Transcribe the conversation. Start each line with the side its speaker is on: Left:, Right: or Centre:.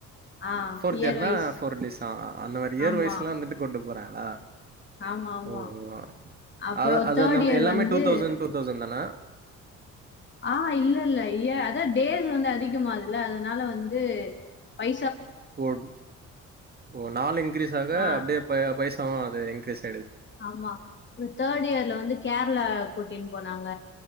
Left: ஆ
Right: ஃபோர்த்
Left: இயர்
Right: இயர்னா
Left: வைஸ்
Right: ஃபோர் டேஸ் ஆ ஆ அந்த மாரி இயர்
Left: ஆமா
Right: வைஸ்லா வந்துட்டு கொண்டு போறாங்க ஆ
Left: ஆமா ஆமா
Right: ஓ ஆ
Left: அப்புறோ
Right: அது அது
Left: தேர்ட்
Right: நம்
Left: இயர்
Right: எல்லாமே
Left: வந்து
Right: டூ தௌசண்ட் டூ தௌசண்ட் தானா
Left: ஆ இல்ல இல்ல இய அதா டேஸ் வந்து அதிகமாது இல்ல அதனால வந்து பை
Right: போட்பி ஒரு நாள் இன்கிரீஸ் ஆக
Left: ஆ
Right: அப்டே பைய பை சாவு அதே இங்க்கிரீஸ்
Left: ஆமா தேட் இயர்ல வந்து கேரளா கூட்டின்னு போனாங்க